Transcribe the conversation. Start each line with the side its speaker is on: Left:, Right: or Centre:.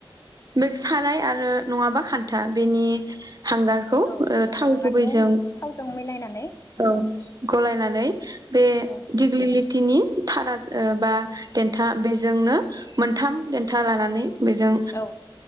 Right: बे साराय आरो नङाबा खान्था बेनि हांगारखौ
Left: औ
Right: थाव
Left: हांगारखौ
Right: गुबैजों
Left: थावजों मिलायनानै
Right: औ गलायनानै बे
Left: औ
Right: दिग्लिलि तिनि थारा बा देथा बेजोंनो मोनथाम देन्था लानानै बेजों
Left: औ